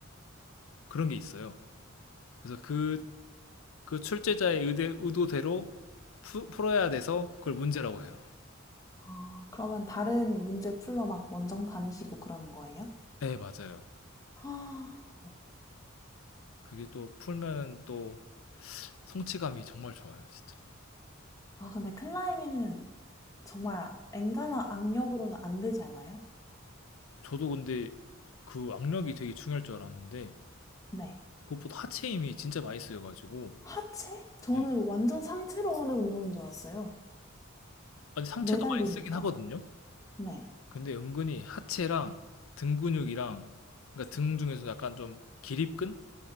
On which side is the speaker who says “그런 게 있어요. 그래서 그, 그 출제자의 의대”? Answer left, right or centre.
Left